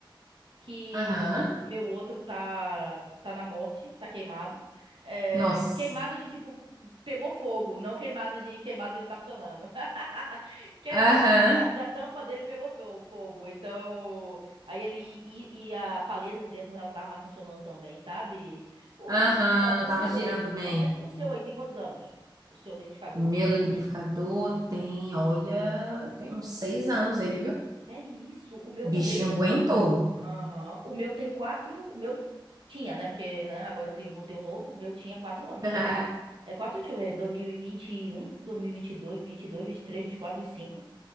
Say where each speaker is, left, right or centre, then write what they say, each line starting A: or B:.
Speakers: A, on the right (about 80°); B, on the right (about 45°).
A: que
B: Aham.
A: o meu outro tá tá na morte, tá queimado. É,
B: Nossa.
A: queimado de tipo pegou fogo, não queimado de queimado de não tá funcionando. <laughs> Queimado
B: Aham.
A: de, a de a tampa dele pegou fo- fogo. Então, aí ele e, e a paleta de dentro já não tava mais funcionando tão bem, sabe? O,
B: Aham,
A: o
B: não tava
A: seu,
B: girando bem.
A: é, o seu aí tem quantos anos? O seu liquidificador?
B: Meu liquidificador tem, olha, tem uns seis anos ele, viu?
A: É isso. O meu também.
B: Bichinho aguentou.
A: Aham. O meu tem quatro. O meu tinha, né? Porque, né, agora eu tenho- vou ter um novo. O meu tinha quatro anos
B: <laughs>
A: também. É quatro, deixa eu ver. 2021, 2022, 22, 23, 24, cinco.